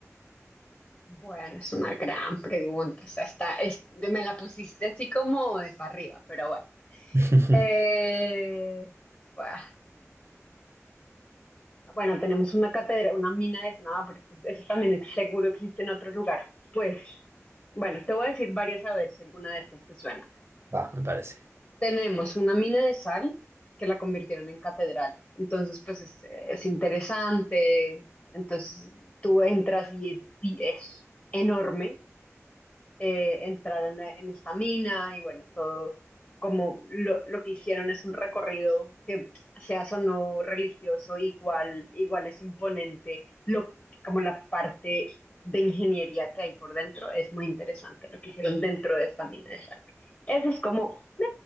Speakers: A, on the left; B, on the right.
A: Bueno, es una gran pregunta. O sea, está, es- me la pusiste así como de para arriba, pero bueno.
B: <laughs>
A: Eh, bah, bueno, tenemos una cátedra, una mina de nada, pero es que eso también es- seguro existe en otro lugar. Pues, bueno, te voy a decir varias a ver si alguna de estas te suena.
B: Va, me parece.
A: Tenemos una mina de sal que la convirtieron en catedral. Entonces, pues es, es interesante. Entonces, tú entras y es, bi- es enorme eh, entraron a- en esta mina y bueno, todo como lo, lo que hicieron es un recorrido que seas o no religioso, igual, igual es imponente, lo, como la parte de ingeniería que hay por dentro es muy interesante, lo que hicieron dentro de esta mina de sal. Eso es como eh,